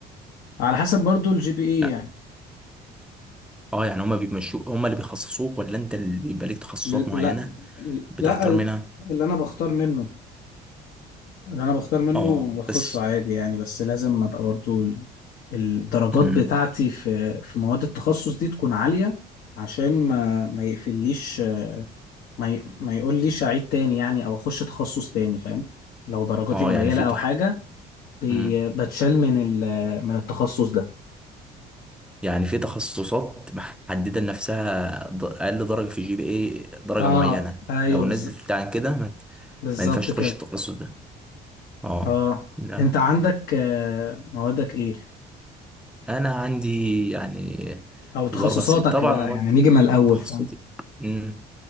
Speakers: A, on the left (about 70°); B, in the centre.
A: على حسب برضو الجي بي اي
B: لا
A: يعني
B: اه يعني هما بيمشوك هما اللي بيخصصوك ولا انت اللي يبقى ليك تخصصات
A: ل-
B: معينه
A: لا
B: بتختار
A: لا ال-
B: منها
A: اللي انا بختار منه اللي انا بختار منه
B: اه
A: وبخشه
B: بس
A: عادي يعني بس لازم ابقى برضو ال- الدرجات
B: امم
A: بتاعتي في في مواد التخصص دي تكون عالية عشان ما ما يقفليش آه، ما ي... ما يقوليش اعيد تاني يعني او اخش تخصص تاني فاهم لو درجاتي
B: اه
A: قليلة
B: يعني في
A: او
B: تخ...
A: حاجة بي...
B: امم
A: بتشال من ال... من التخصص ده
B: يعني في تخصصات محدده لنفسها ض- اقل درجه في الجي بي اي درجه
A: اه
B: معينه
A: ايوه
B: لو
A: بز...
B: نزلت عن كده ما,
A: بالظبط
B: ما ينفعش
A: كده
B: تخش التخصص ده اه
A: اه
B: لا
A: انت عندك آه، موادك ايه
B: انا عندي يعني
A: او
B: في
A: تخصصاتك
B: الاربع سنين طبعا
A: بقى
B: مواد
A: يعني نيجي من الاول
B: تخصصي
A: فاهم
B: امم